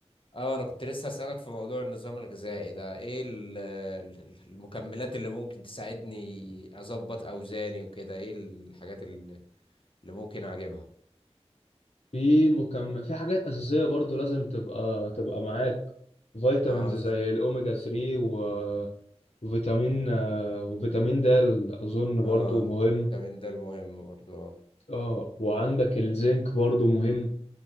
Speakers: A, on the left (about 50°); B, on the left (about 70°).
A: آه، انا كنت لسه اسالك في موضوع النظام الغذائي ده ايه ال- ال- المكملات اللي ممكن تساعدني اظبط اوزاني وكده ايه الحاجات اللي اللي ممكن اجيبها
B: في مكمل في حاجات أساسية برضو لازم تبقى تبقى معاك فيتامينز
A: اه
B: زي
A: ز-
B: الأوميجا 3 و- وفيتامين آه، وفيتامين د أظن برضو
A: اه
B: مهم
A: فيتامين ده المهم برضو
B: اه وعندك الزنك برضو مهم